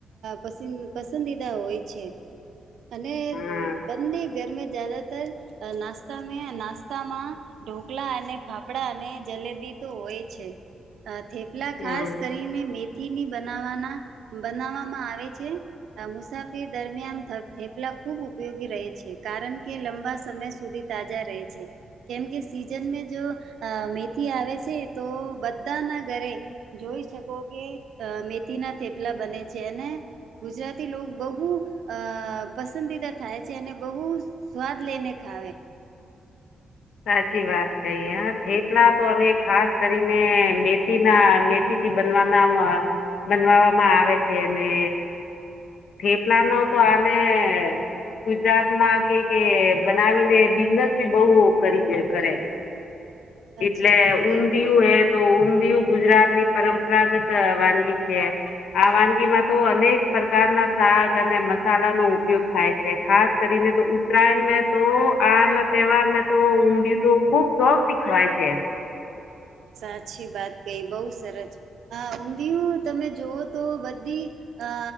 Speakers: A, on the right (about 80°); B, on the left (about 80°).
A: પસિંદ પસંદીદા હોય છે.
B: <inaudible>
A: અને
B: હા
A: બંને ગરમે જાદાતર નાસ્તા મે નાસ્તામાં ઢોકલા અને ફાફડા અને જલેબી તો હોય છે, થેપલા
B: હમ
A: ખાસ કરીને મે થીની બનાવાના, બનાવામાં આવે છે, મુસાફિર દરમિયાન થ થેપલા ખૂબ ઉપયોગી રહે છે કારણ કે લંબા સમય સુધી તાજા રહે છે, કેમ કે સીઝન જો, મેથી આવે છે તો બ બધાના ઘરે, જોઈ શકો કે મેથી ના થેપલા બને છે અને, ગુજ રાથી બહુ, અ પસંદીદા થાય છે અને બહુ સ્વાદ લઈને ખાવે.
B: સાચી વાત કહી હ થેપલા તો અને ખાસ કરીને મેથીના મેથી થી બનવામા, બનવામાં આવે છે અને થેપલા નો તો આને ગુજરાત માં કે કે બનાવીને બિઝનેસ બી બ‌ઉ કરી જે કરે
A: સાચી
B: એટલે
A: વાત
B: ઊંધિયું
A: કહી તમને
B: હે તો ઊંધિયું ગુજરાતની પરંપરાગત વાનગી છે. આ વાનગીમાં તો અનેક પ્રકારના શાગ અને મસાલાનો ઉપયોગ થાય છે ખાસ કરી તો ઉત્તરાયણ મે તો આ ન તહેવારમ તો ઊંધિય તો ખુબ શોખથી ખવાય છે.
A: સાચી વાત કઈ બઉ સરજ હ ઊંધિયું તમે જોવો તો બધી અ